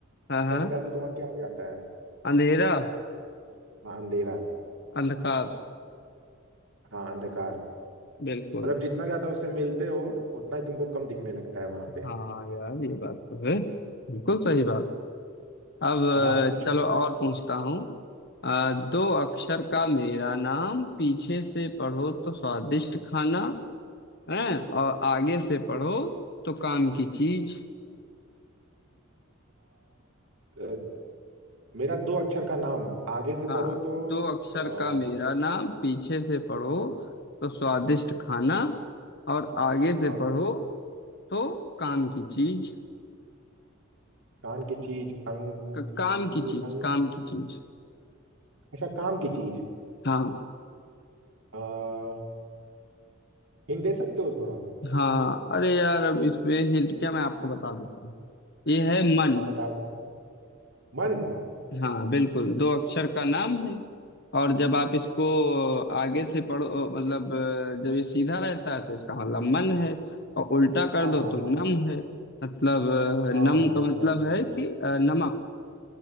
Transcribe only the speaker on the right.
उसके
अंदर जाते हो तो वहाँ क्या हो जाता है
हाँ अंधेरा
हाँ अंधकार
मतलब जितना ज्यादा उससे मिलते हो उतना ही तुमको कम दिखने लगता है वहां
पे
अब आप पूछो
आ, मेरा दो अक्षर का नाम आगे से
पढ़ो तो
आ,
हाँ
हाँ
कान की चीज अंगूर
अंगूर
अच्छा काम की चीज
आ, हिंट दे सकते हो थोड़ा
हाँ बता दो मन
हाँ
हाँ
हाँ
हाँ
नम
नम नम